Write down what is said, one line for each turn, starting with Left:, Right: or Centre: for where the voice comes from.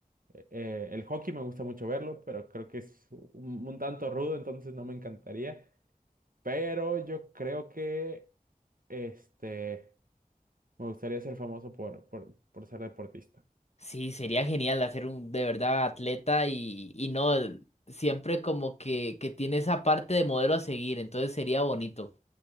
Right: Eh, eh, el hockey me gusta mucho verlo, pero creo que es un un tanto rudo, entonces no me encantaría. Pero yo creo que este, me gustaría ser famoso por, por, por ser deportista.
Left: Sí, sería genial hacer un de verdad atleta y, y no, el- siempre como que, que tiene esa parte de modelo a seguir, entonces sería bonito.